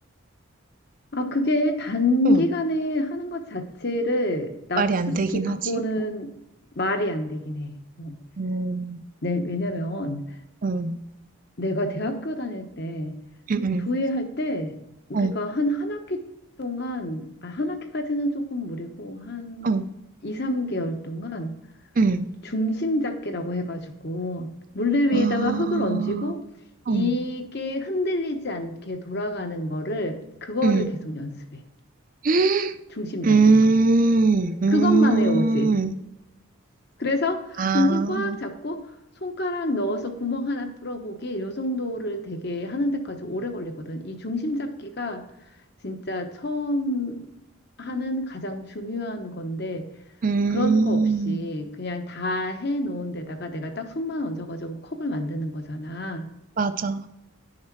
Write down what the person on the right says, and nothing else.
응.
말이 안
되긴
하지.
음,
음,
음, 음,
어,
어,
음.
아,
어.
음.
<gasps>
음,
음.
아,
음,
맞아.